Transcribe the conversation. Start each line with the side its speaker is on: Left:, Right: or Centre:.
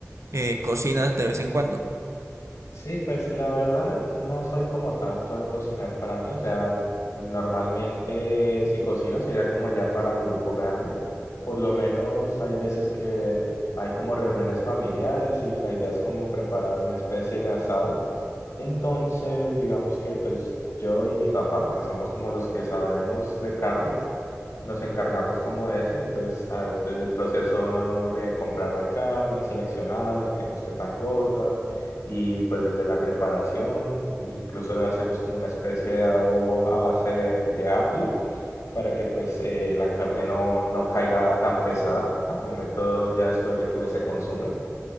Right: eh, cocinas de vez en cuando.
Left: Sí, pues la verdad no soy como tanto de cocinar para mí, o sea, normalmente si cocino sería como ya para un grupo grande, por lo menos hay veces que hay como reuniones familiares y la idea es como preparar una especie de asado, entonces digamos que pues yo y mi papá, que somos como los que sabemos de carnes, nos encargamos como de eso, entonces a- desde el proceso de comprar la carne, seleccionarla, que no esté tan gorda, y pues desde la preparación, de- incluso le hacemos como una especie de adobo a base de, de apio para que pues eh, la carne no, no caiga tan pesada al momento ya después de que se consume.